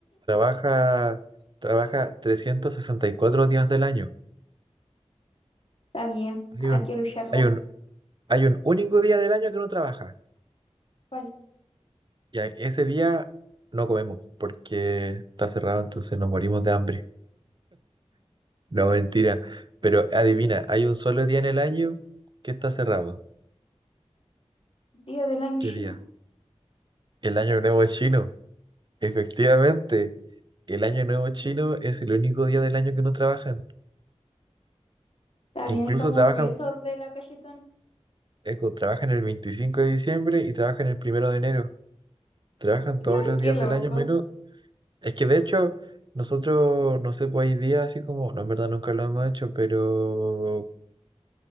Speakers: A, on the right; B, on the left.
A: Trabaja, trabaja 364 días del año.
B: Está bien,
A: Hay
B: hay
A: un,
B: que lucharla.
A: hay un, hay un único día del año que no trabaja.
B: ¿Cuál?
A: Y a- ese día no comemos porque está cerrado, entonces nos morimos de hambre. No, mentira. Pero adivina, hay un solo día en el año que está cerrado.
B: Día del año
A: ¿Qué
B: chino.
A: día? El Año Nuevo Chino. Efectivamente, el Año Nuevo Chino es el único día del año que no trabajan.
B: Está
A: Incluso
B: bien, estamos
A: trabajan,
B: orgullosos de la cachetón.
A: eh, co- trabajan el 25 de diciembre y trabajan el primero de enero. Trabajan
B: <laughs>
A: todos los
B: Qué
A: días
B: loco.
A: del año menos. Es que de hecho, nosotros, no sé, pues hay días así como, no, en verdad nunca lo hemos hecho, pero